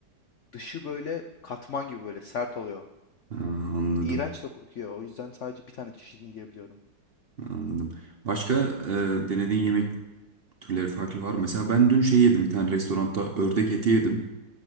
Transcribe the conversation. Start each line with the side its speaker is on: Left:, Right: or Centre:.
Left: dışı böyle katman gibi böyle sert oluyor.
Right: ha, anladım.
Left: İğrenç de kokuyor. O yüzden sadece bir tane çeşidini yiyebiliyorum.
Right: Anladım. Başka e, denediğin yemek türleri farklı var mı? Mesela ben dün şey yedim. Bir tane restoranda ördek eti yedim.